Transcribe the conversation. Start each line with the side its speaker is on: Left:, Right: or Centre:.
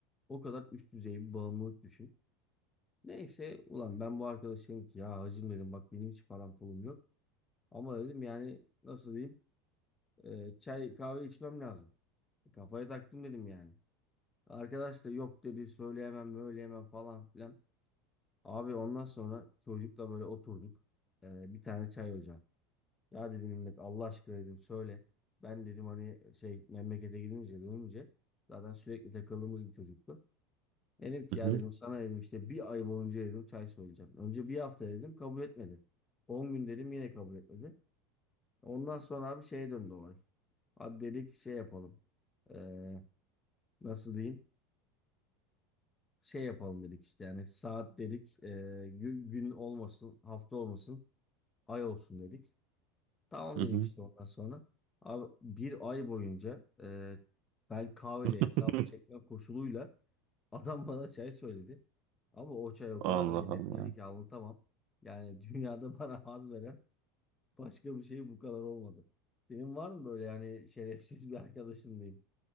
Left: O kadar üst düzey bir bağımlılık düşün. Neyse ulan ben bu arkadaşım ki ya hacım dedim bak benim hiç param pulum yok. Ama dedim yani nasıl diyeyim e, çay kahve içmem lazım. Kafaya taktım dedim yani. Arkadaş da yok dedi söyleyemem söyleyemem falan filan. Abi ondan sonra çocukla böyle oturduk. E, bir tane çay ocağı. Ya dedim Mehmet Allah aşkına dedim söyle. Ben dedim hani şey memlekete gidince dönünce zaten sürekli takıldığımız bir çocuktu. Dedim ki
Right: Hı
Left: ya
Right: hı
Left: dedim sana dedim işte bir ay boyunca dedim çay söyleyeceğim. Önce bir hafta dedim kabul etmedi. 10 gün dedim yine kabul etmedi. Ondan sonra abi şeye döndü olay. Hadi dedik şey yapalım. Ee, nasıl diyeyim? Şey yapalım dedik işte yani saat dedik. ee, gü- gün olmasın hafta olmasın ay olsun dedik. Tamam
Right: hı.
Left: dedik
Right: hı.
Left: işte ondan sonra. Abi bir ay boyunca e, ben kahvede
Right: <laughs>
Left: hesabı çekme koşuluyla adam bana çay söyledi. Ama o çay o
Right: Allah
Left: kadar lezzetliydi
Right: Allah.
Left: ki anlatamam. Yani <laughs> dünyada bana haz veren başka bir şey bu kadar olmadı. Senin var mı böyle yani şerefsiz bir arkadaşın diyeyim.